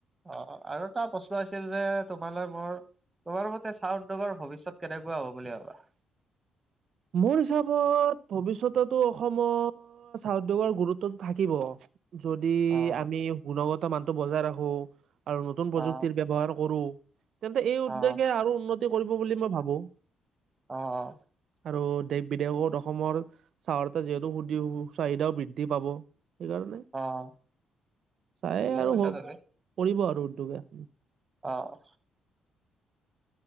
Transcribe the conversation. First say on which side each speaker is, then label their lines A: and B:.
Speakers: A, on the right; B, on the right.
A: অ আৰু এটা প্ৰশ্ন আছিল যে তোমালৈ মোৰ। তোমাৰ মতে চাহ উদ্যোগৰ ভৱিষ্যত কেনেকুৱা হ'ব বুলি ভাবা।
B: মোৰ হিচাপত ভৱিষ্যততো অসমত চাহ উদ্যোগৰ গুৰুত্বটো থাকিব। যদি
A: অ',
B: আমি গুণগত মানটো বজাই ৰাখো। আৰু নতুন প্ৰযুক্তিৰ
A: অ',
B: ব্যৱহাৰ কৰোঁ তেন্তে এই উদ্বগে
A: অ',
B: আৰু উন্নতি কৰিব বুলি মই ভাবো।
A: অ অ,
B: আৰু দেশ বিদেশত অসমৰ, চাহৰ যিহেতু সু চাহিদাও বৃদ্ধি পাব সেইকাৰণে।
A: অ',
B: চাহে
A: ঠিকে
B: আৰু
A: কৈছা
B: বহুত
A: তুমি।
B: কৰিব আৰু উদ্যোগে,
A: অ অ,